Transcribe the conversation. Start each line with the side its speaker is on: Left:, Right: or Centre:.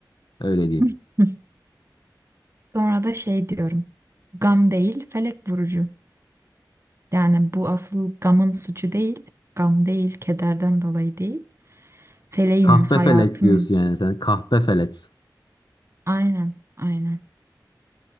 Left: Öyle diyeyim.
Right: <laughs> Sonra da şey diyorum. Gam değil, felek vurucu. Yani bu asıl gamın suçu değil. Gam değil, kederden dolayı değil. Feleğin,
Left: Kahpefelek
Right: hayatın.
Left: diyorsun yani sen. Kahpefelek.
Right: Aynen, aynen.